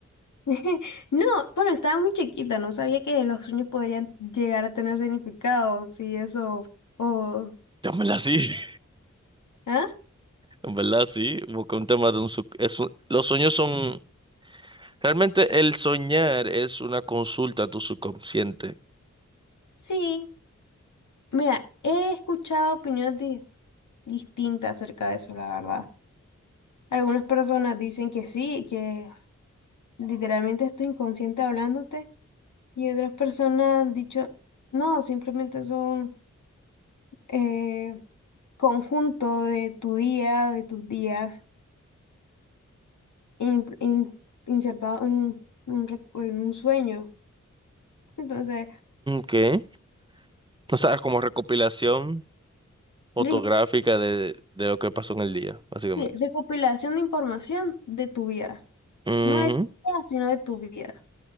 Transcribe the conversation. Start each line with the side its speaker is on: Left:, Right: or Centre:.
Left: <laughs> No, bueno, estaba muy chiquita, no sabía que los sueños podrían llegar a tener significado, si eso, o...
Right: En verdad sí, <laughs>
Left: ¿Ah?
Right: en verdad sí, porque un tema de un, sub- es un- los sueños son, realmente el soñar es una consulta a tu subconsciente.
Left: Sí, mira, he escuchado opiniones di- distintas acerca de eso, la verdad. Algunas personas dicen que sí, que literalmente estoy inconsciente hablándote, y otras personas han dicho, no, simplemente son eh, conjunto de tu día, de tus días. in- in- insertado en un, un rec- en un sueño. Entonces,
Right: ¿Qué? O sea, como recopilación. fotográfica
Left: re-
Right: de, de lo que pasó en el día, básicamente.
Left: sí, recopilación de información de tu vida.
Right: Ujú,
Left: No de tu vida, sino de tu vida.